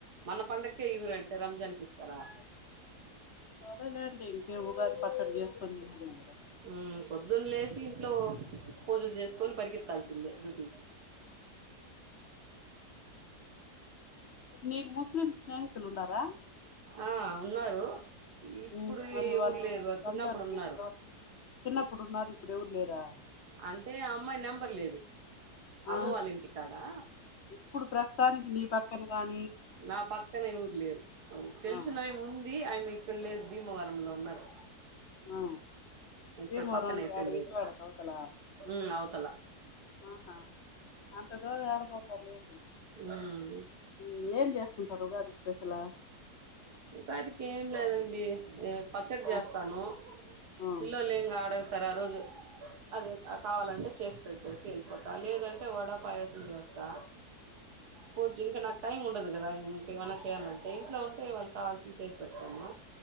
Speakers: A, on the right; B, on the left.
A: మన పండకే ఇవరుంటే రంజాన్ ఇస్తారా.
B: సరేలేండి. ఇంకే ఉగాది పచ్చడి జేసుకొని దినేదేమో
A: ఉ పొద్దున్న లేసి ఇంట్లో పూజలు జేసుకొని పరిగేత్తాల్స్ ఎల్ల డ్యూటీ కి
B: నీకు ముస్లిం స్నేహితులు ఉండారా
A: ఆ ఉన్నారు ఇప్పుడు
B: ఉమ్ మరి
A: ఎవరు
B: వాళ్ళు
A: లేరు చిన్నప్పుడు
B: రంజాన్ కి
A: ఉన్నారు
B: పిలువ చిన్నప్పుడు ఉన్నారు ఇప్పుడు ఎవరు లేరా
A: అంటే అమ్మాయి నెంబర్ లేదు
B: ఆ
A: అమ్మ వాళ్ళ ఇంటికాడా
B: ఇప్పుడు ప్రస్తుతానికి నీ పక్కన గానీ
A: నా పక్కన ఎవరు లేరు తెలిసిన
B: ఆ
A: ఆయామి ఉంది ఆయమి ఇక్కడ లేరు భీమవరంలో ఉన్నరు.
B: ఆ
A: ఇక్కడ
B: భీమవరం
A: పక్కన
B: అంటే
A: అయితే
B: ఆడ
A: లేదు
B: విజయవాడ అవతల
A: ఉ అవుతల
B: ఆహా అంత దూరం యాడ పోతారులేండి
A: ఉమ్
B: ఉమ్ ఏం చేసుకుంటారు ఉగాది స్పెషలా
A: ఉగాదికి ఏం లేదండి ఎ పచ్చడి
B: ఆ
A: చేస్తాను
B: ఉమ్
A: పిల్లోలు ఇంగా ఆడ వస్తారు ఆ రోజు అదే కావాలంటే చేసి పెట్టేసి వెళ్ళిపోతా లేదంటే వడా పాయసం చేస్ తా పూజ ఇంకా నాకు టైం ఉండదు కదా ఇంకేమన్నా చేయాలంటే ఇంట్లో ఉంటే వాళ్ళకి కావాల్సింది చేసి పెడతాను